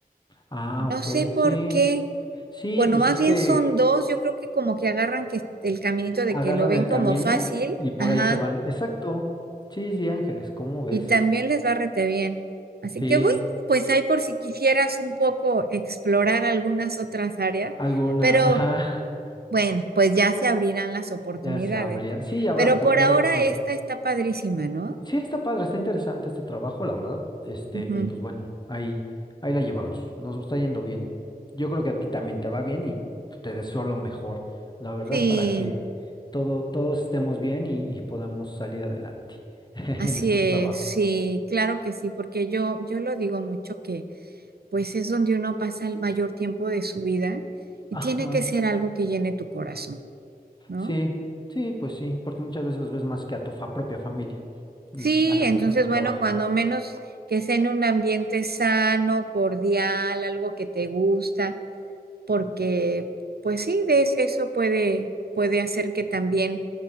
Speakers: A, on the left (about 25°); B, on the right (about 80°).
A: Ah,
B: No
A: ok,
B: sé por
A: sí.
B: qué.
A: Sí,
B: Bueno,
A: pues
B: más
A: es
B: bien
A: que
B: son dos. Yo creo que como que agarran que el caminito de
A: agarran
B: que lo ven
A: el
B: como
A: camino
B: fácil,
A: y por
B: ajá,
A: ahí se van. Exacto. Sí, sí, Ángeles, ¿cómo ves?
B: y también les va rete bien. Así
A: Sí,
B: que bueno, pues ahí por si quisieras un poco explorar algunas otras áreas,
A: alguna,
B: pero
A: ajá,
B: Bueno, pues ya se abrirán las
A: <laughs>
B: oportunidades.
A: ya sabría. Sí, habrá,
B: Pero
A: pu-
B: por
A: ya
B: ahora
A: habrá oportunidad.
B: esta está padrísima, ¿no?
A: Sí, está padre, está interesante este trabajo, la verdad. Este,
B: Ujú.
A: y pues bueno, ahí, ahí la llevamos. Nos está yendo bien. Yo creo que a ti también te va bien y te deseo lo mejor, la verdad,
B: Sí,
A: para que todo, todos estemos bien y, y podamos salir adelante <laughs> en
B: así
A: estos
B: es,
A: trabajos.
B: sí, claro que sí, porque yo, yo lo digo mucho que pues es donde uno pasa el mayor tiempo de su vida y
A: Ajá.
B: tiene que ser algo que llene tu corazón, ¿no?
A: Sí, sí, pues sí, porque muchas veces los ves más que a tu fa- propia familia, l-
B: Sí,
A: a las
B: entonces
A: personas del
B: bueno,
A: trabajo.
B: cuando menos que sea en un ambiente sano, cordial, algo que te gusta. porque pues sí, de es- eso puede, puede hacer que también,